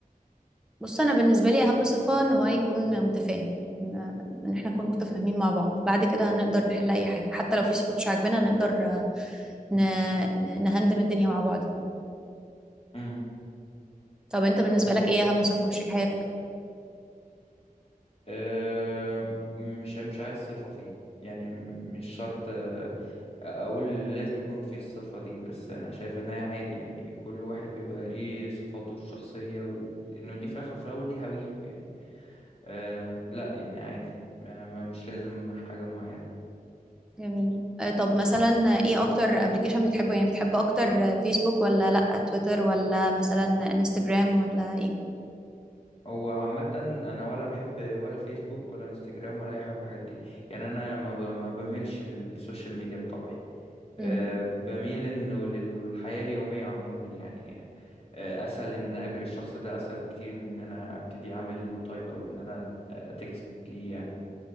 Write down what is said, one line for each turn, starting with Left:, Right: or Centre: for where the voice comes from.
Centre: بص انا بالنسبة لي اهم صفة ان هو يكون متفاهم ان إن احنا نكون متفاهمين مع بعض بعد كده هنقدر نحل اي حاجة حتى لو في صفات مش عاجبانا هنقدر آه، ن... ن- نهندم الدنيا مع بعض يعني.
Left: امم
Centre: طب انت بالنسبة
Left: طب حلو
Centre: لك ايه اهم صفة في شريك حياتك
Left: أه مش مش عايز صفه فيه يعني م- مش شرط آه، اقول لازم يكون فيه الصفه دي بس انا شايف انها عادي يعني كل واحد بيبقى ليه صفاته الشخصيه وانه دي في الاخر في الاول دي هويته يعني أه لا يعني عادي ما ما- مش لازم حاجة معينة
Centre: جميل آه، طب مثلا ايه اكتر ابلكيشن بتحبه يعني بتحب اكتر فيسبوك ولا لا تويتر ولا مثلا انستجرام ولا ايه
Left: هو عامة أنا ولا بحب ولا فيسبوك ولا انستجرام ولا أي حاجة من الحاجات دي يعني أنا ما ب- ما بميلش السوشيال ميديا بطبعي
Centre: امم
Left: أه بميل إنه للحياة اليومية عموما يعني أه أسهل إن أقابل الشخص ده أسهل بكتير من إن أنا أبتدي أعمل له تايب أو إن أنا تكست ليه يعني